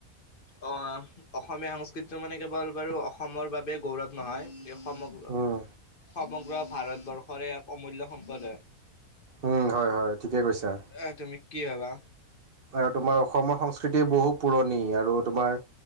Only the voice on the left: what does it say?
অ, অসমীয়া সংস্কৃতিটো মানে কেৱল বাৰু অসমৰ বাবে গৌৰৱ নহয় এই সমগ্ৰ,
সমগ্ৰ ভাৰতবৰ্ষৰে এক অমূল্য সম্প্ৰদ হয়।
এ তুমি কি ভাবা